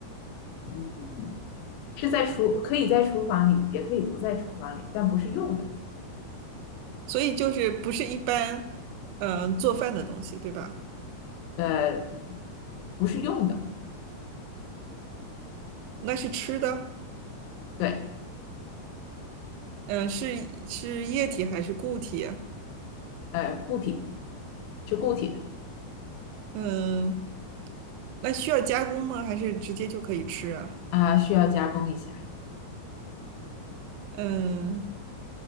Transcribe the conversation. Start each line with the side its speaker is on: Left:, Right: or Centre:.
Left: 嗯，是在厨，可以在厨房里，也可以不在厨房里，但不是用的，
Right: 所以就是不是一般嗯，呃做饭的东西，对吧？
Left: 呃，不是用的，
Right: 那是吃的，
Left: 对，
Right: 嗯、是是液体还是固体啊？
Left: 呃，固体是固体的，
Right: 嗯、那需要加工吗？还是直接就可以吃啊？
Left: 啊、需要加工一下，
Right: 嗯、